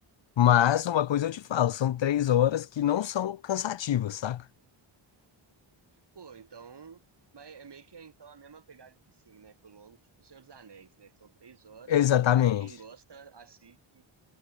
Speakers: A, on the left; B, on the right.
A: Mas uma coisa eu te falo, são três horas que não são cansativas, saca?
B: Pô, então. Mas é meio que é, então a mesma pegada de filme, né? Que o longo, tipo O Senhor dos Anéis, né? Que são três horas,
A: Exatamente.
B: mas que quem gosta assiste.